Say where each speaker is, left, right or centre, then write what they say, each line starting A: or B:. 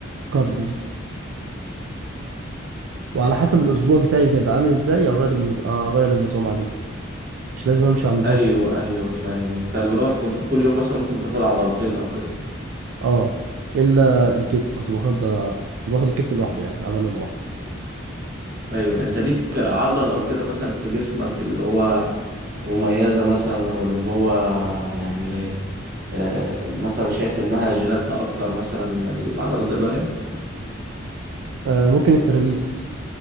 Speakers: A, on the right; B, on the right.
A: كارديو وعلى حسب الاسبوع بتاعي هيبقى عامل ازاي اغير النز... اغير النظام عليه مش لازم امشي على النظام
B: ايوه
A: في...
B: ايوه فاهم انت اللي هو كنت كل يوم مثلا ممكن تاخد عضلتين او كده
A: اه الا الكتف كنت باخد كنت باخد الكتف لوحده يعني عضله لوحده
B: ايوه انت ليك عضل او كده مثلا في جسمك اللي هو مميزة مثلا او اللي هو يعني آه، مثلا شايف انها جيناتها اكتر مثلا من العضلات الباقية
A: آه ممكن الترابيس